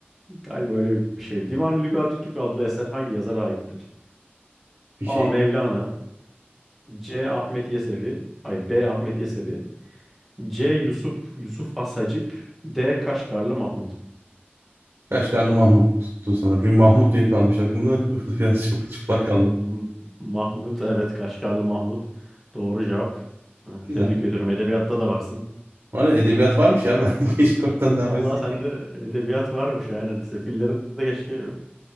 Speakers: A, in the centre; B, on the right.
A: Galiba öyle bir şey. Divan-ı Lügat-ı Türk adlı eser hangi yazara aittir?
B: Bir şey
A: A. Mevlana
B: mi?
A: C. Ahmet Yesevi Ay B. Ahmet Yesevi C. Yusuf Yusuf Has Hacip D. Kaşgarlı Mahmut
B: Kaşgarlı Mahmut'tu sanırım. Çünkü Mahmut diye kalmış aklımda. <laughs> Biraz çok çıplak
A: <laughs>
B: kaldı.
A: M- Mahmut evet Kaşgarlı Mahmut. Doğru cevap. Ee,
B: Güzel.
A: Tebrik ediyorum. Edebiyatta da varsın.
B: Var ya, edebiyat varmış ya. <laughs> Ben de keşke oradan
A: Vallahi
B: devam etseydim.
A: sende edebiyat varmış yani. Sefilleri de keşke e,